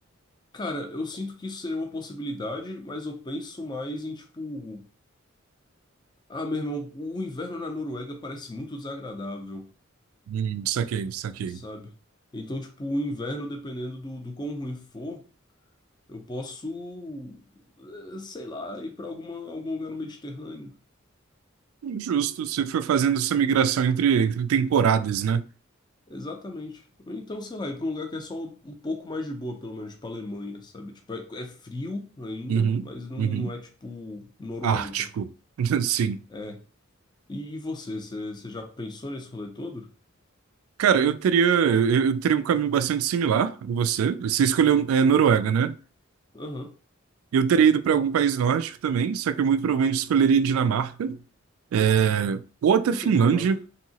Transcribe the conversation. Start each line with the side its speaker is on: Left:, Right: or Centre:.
Left: Cara, eu sinto que isso seria uma possibilidade, mas eu penso mais em tipo, ah, meu irmão, o inverno na Noruega parece muito desagradável,
Right: Hum, saquei, saquei.
Left: sabe? Então, tipo, o inverno, dependendo do, do quão ruim for, eu posso, eh, sei lá, ir pra alguma, algum lugar no Mediterrâneo.
Right: Justo, você foi fazendo essa migração entre, entre temporadas, né?
Left: Exatamente. Ou então, sei lá, ir pra um lugar que é só um pouco mais de boa, pelo menos, pra Alemanha, sabe? Tipo, é, é frio ainda,
Right: Uhum,
Left: mas não,
Right: uhum.
Left: não é tipo Noruega.
Right: Ártico. <laughs> Sim.
Left: É. E, e você, você você já pensou nesse rolê todo?
Right: Cara, eu teria, eu, eu teria um caminho bastante similar a você. Você escolheu, é, Noruega, né?
Left: Aham.
Right: Eu teria ido para algum país nórdico também, só que eu muito provavelmente escolheria Dinamarca. É, ou até
Left: Por
Right: Finlândia,
Left: que Dinamarca?